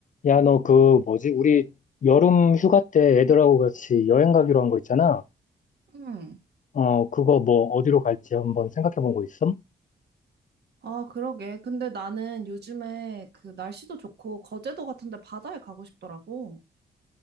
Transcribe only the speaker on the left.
야, 너 그 뭐지? 우리 여름 휴가 때 애들하고 같이 여행 가기로 한 거 있잖아.
어, 그거 뭐 어디로 갈지 한번 생각해 본 거 있음?